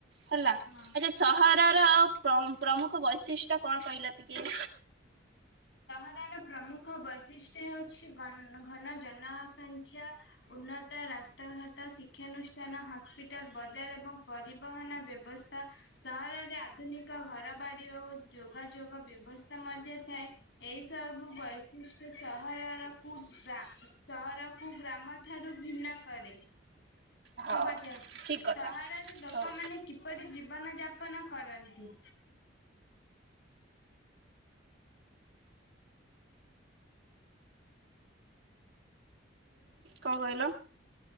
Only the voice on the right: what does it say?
ହେଲା।
ଯେ ସହରର ପ୍ରମ୍ ପ୍ରମୁଖ ବୈଶିଷ୍ଟ୍ୟ କଣ କହିଲ ଟିକେ?
ହଁ
ଠିକ କଥା
ହଉ।
କଅଁ କଇଲ?